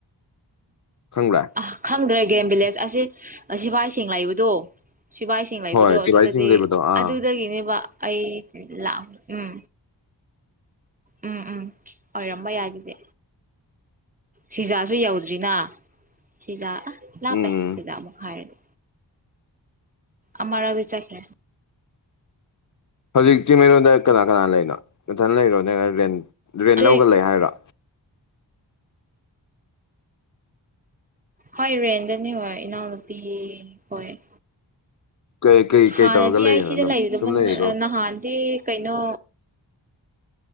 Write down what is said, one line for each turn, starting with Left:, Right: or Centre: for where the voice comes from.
Left: ꯈꯪꯕ꯭ꯔꯥ
Right: ꯑ ꯈꯪꯗ꯭ꯔꯦ ꯒꯦꯝ ꯚꯤꯂꯦꯖ ꯑꯁꯤ ꯁꯤꯐꯥꯏ ꯁꯤꯡ ꯂꯩꯕ ꯗꯣ ꯁꯤꯕꯥꯏꯁꯤꯡ ꯂꯩꯕꯗꯣ
Left: ꯍꯣꯏ ꯁꯤꯕꯥꯏ
Right: ꯑꯗꯨꯗꯗꯤ
Left: ꯆꯤꯡ ꯂꯩꯕꯗꯣ ꯑꯥ
Right: ꯑꯗꯨꯗꯒꯤꯅꯦꯕ ꯑꯩ ꯂꯥꯛ ꯎꯝ ꯎꯝ ꯎꯝ ꯑꯣꯏꯔꯝꯕ ꯌꯥꯏ ꯑꯗꯨꯗꯤ ꯁꯤꯖꯥꯁꯨ ꯌꯧꯗ꯭ꯔꯤꯅ ꯁꯤꯖꯥ ꯑ ꯂꯥꯞꯄꯦ
Left: ꯎꯝ
Right: ꯁꯤꯖ ꯑꯃꯨꯛ ꯍꯥꯏꯔꯗꯤ ꯑꯃꯔꯛꯗꯤ ꯆꯠꯈꯔ꯭ꯦ
Left: ꯍꯧꯖꯤꯛ ꯆꯤꯡꯃꯩꯔꯣꯡꯗ ꯀꯅꯥ ꯀꯅꯥ ꯂꯩꯅꯣ ꯅꯊꯟ ꯂꯩꯔꯣ ꯅꯪ ꯔꯦꯟ ꯔꯦꯟ
Right: ꯑꯗꯨ
Left: ꯂꯧꯔꯒ ꯂꯩ ꯍꯥꯏꯔꯣ
Right: ꯍꯣꯏ ꯔꯦꯟꯗꯅꯤ ꯍꯣꯏ ꯏꯅꯥꯎꯅꯨꯄꯤ ꯍꯣꯏ
Left: ꯀꯩ ꯀꯩ
Right: ꯍꯥꯟꯅꯗꯤ
Left: ꯇꯧꯔꯒ ꯂꯩꯔꯤꯅꯣ
Right: ꯑꯩ ꯁꯤꯗ
Left: ꯑꯗꯨꯝ
Right: ꯂꯩꯒꯗꯕ
Left: ꯁꯨꯝ ꯂꯩꯔꯤꯔꯣ
Right: ꯅꯍꯥꯟꯗꯤ ꯀꯩꯅꯣ